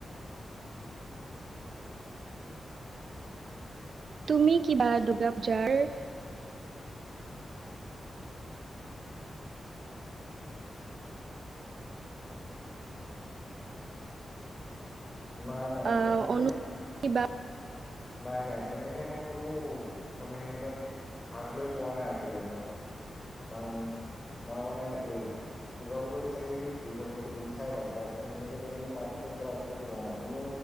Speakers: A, on the right (about 60°); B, on the left (about 25°).
A: তুমি কিবা দুৰ্গা পূজাৰ
B: নাই নাই
A: আহ
B: তেনেকে
A: অনু কিবা
B: নাই নাই তেনেকে মই কোনো মানে সেনেকুৱাত ভাগ লৈ পোৱা নাই আজিলৈকে। কাৰণ মই মানে দুৰ্গা পুজাতো চাই ঘূৰি থাকো, ঘূৰি চাই ভাল পাওঁ। তো সেনেকে তেনেকে পাৰ্টিচিপেট কৰা আজিলৈকে হোৱা নাই। কোনো